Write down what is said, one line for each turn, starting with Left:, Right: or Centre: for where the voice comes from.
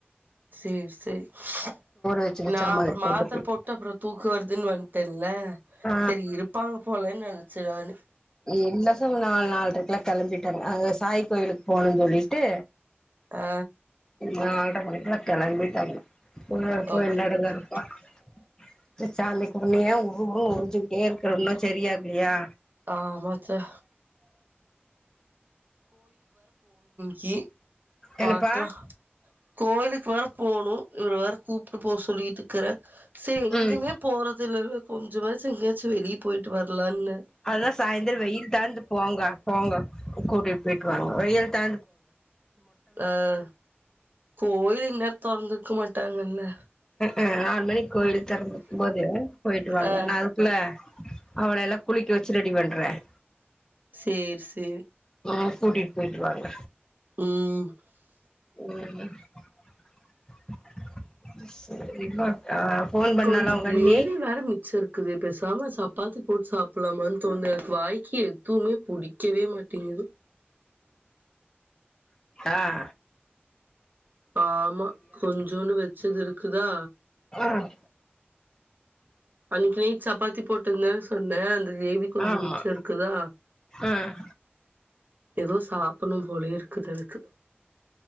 Right: செரி செரி <unintelligible>
Left: வச்சு வச்சாமா
Right: நா அப்றம் மாத்தரை
Left: கொண்டு போய்
Right: போட் அப்றம் தூக்கம் வருதுன்னு வன்ட்டேன்ல.
Left: ஆ
Right: செரி இருப்பாங்க போலன்னு நெனச்சே நானு.
Left: இல்ல சாமி. நாலு நாலரைக்கு எல்லாம் கெளம்பிட்டாங்க. அந்த சாய் கோயிலுக்கு போணுன்னு சொல்லிட்டு
Right: ஆ
Left: நால் <unintelligible> மணிக்கெலா கெளம்பிட்டாங்க. <unintelligible> கோமில்
Right: ஓகே
Left: நட
Right: ஓகே
Left: திறப்பான். <unintelligible> ஊஊ வுன்னு உரிஞ்சுட்டே இருக்குற இன்னு சரியாகலையா
Right: ஆஹ் மத்த கி பாக்கலா
Left: என்னப்பா
Right: கோயிலுக்கு வேற போணு இவரு வேற கூப்பிட்டு போ சொல்லிட்டு இருக்கற செரி எங்கேயுமே
Left: ம்
Right: போறது இல்லல்ல கொஞ்சமாச்சி எங்ககாச் சோ வெளிய போயிட்டு வரலாம்னு நெனச்ச
Left: அதல்லா சாயந்தர வெயில் தாழ்ந்து போங்க போங்க கூட்டிட்டு போயிட்டு வாங்க வெயில் தா
Right: அஹ் கோயில் இன்னேர தொறந்திருக்குமா ட்டாங்கல்ல
Left: ஆஹ் ஆறு மணிக் கோயிலு திறந்திருக்கு போது போயிட்டு வாங்க
Right: ஆ
Left: நா அதுக்குள்ள அவள எல்லா குளிக்க வச்சு ரெடி பண்றன்
Right: சரி சரி
Left: உ கூட்டிகிட்டு போயிட்டு வாங்க
Right: உம்
Left: <unintelligible> <unintelligible>
Right: கொஞ்சம்
Left: உங்க
Right: கிரேவி
Left: அண்ணி
Right: வேற மிச்சம் இருக்குது. பேசாம சப்பாத்தி போட் சாப்ட்லாமான்ட் தொண்ட எனக்கு வாய்க்கு எதுவ்வுமே புடிக்கவே மாட்டேங்குது.
Left: ஆஹ
Right: ஆமா, கொஞ்சுண்டு வச்சது இருக்கு. குத
Left: ஆஹ்
Right: அன்னைக்கு நேட் சப்பாத்தி போட்டிருந்தானே சொன்னே அந்த கிரேவி கொஞ்ச
Left: ஆமா
Right: மிச்சருக்குதா
Left: ஆஹ்
Right: ஏதோ சாப்பணு போலே இருக்குது அ எனக்கு